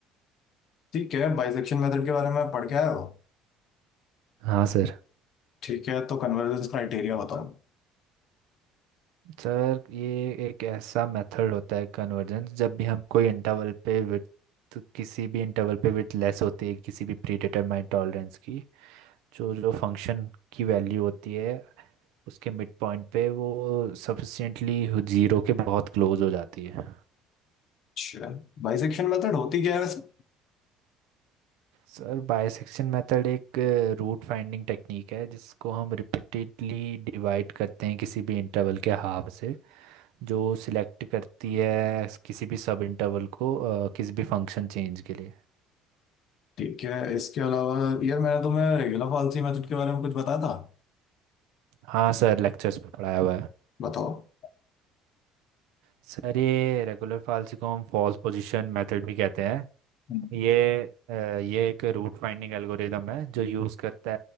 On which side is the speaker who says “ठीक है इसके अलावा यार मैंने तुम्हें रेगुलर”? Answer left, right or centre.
Left